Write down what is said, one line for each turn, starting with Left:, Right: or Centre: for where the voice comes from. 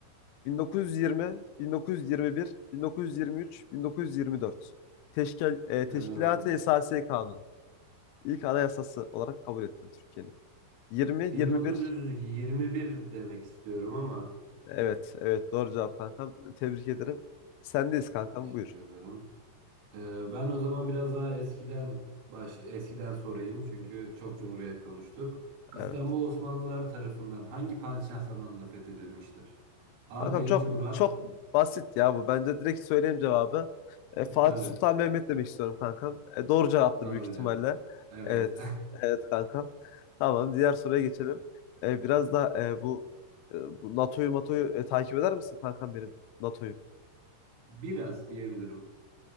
Left: 1920, 1921, 1923, 1924. Teşkil, e, Teşkilat-ı
Right: Ee,
Left: Esasiye Kanunu. İlk anayasası olarak kabul edilen Türkiye'nin. 20,
Right: 1921
Left: 21.
Right: demek istiyorum ama
Left: Evet, evet doğru cevap kankam. Tebrik ederim. Sendeyiz kankam
Right: teşekkür
Left: buyur.
Right: ederim. Ee, ben o zaman biraz daha eskiden baş, eskiden sorayım çünkü çok Cumhuriyet konuştuk. İstanbul
Left: Evet.
Right: Osmanlılar tarafından hangi padişah zamanında fethedilmiştir? A.
Left: Kankam
Right: birinci
Left: çok
Right: Murat.
Left: çok basit ya bu. Bence direkt söyleyeyim cevabı. E, Fatih
Right: Tabii.
Left: Sultan Mehmet demek istiyorum kankam. E, doğru cevaptır
Right: Doğru
Left: büyük ihtimalle.
Right: cevap. Evet.
Left: Evet. Evet kankam. Tamam diğer soruya geçelim. E, biraz da e, bu, e, bu NATO'yu NATO'yu e, takip eder misin kankam benim NATO'yu?
Right: <laughs> Biraz diyebilirim.